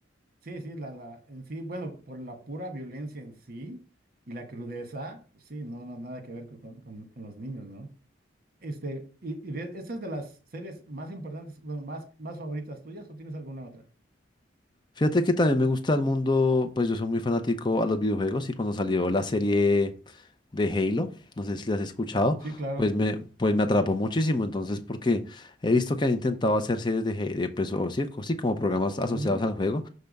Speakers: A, on the right (about 50°); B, on the left (about 25°).
A: Sí, sí, la, la, en sí, bueno, por la pura violencia en sí y la crudeza, sí, no, no, nada que ver con, con- con- con los niños, ¿no? Este, y, y de, ¿esta es de las series más importantes, bueno, más, más favoritas tuyas o tienes alguna otra?
B: Fíjate que también me gusta el mundo, pues yo soy muy fanático a los videojuegos y cuando salió la serie de Halo, no sé si la has escuchado,
A: Sí, claro.
B: pues me, pues me atrapó muchísimo. Entonces, porque he visto que han intentado hacer series de, Halo, pues o sí, co- sí, como programas asociados
A: Ujú,
B: al juego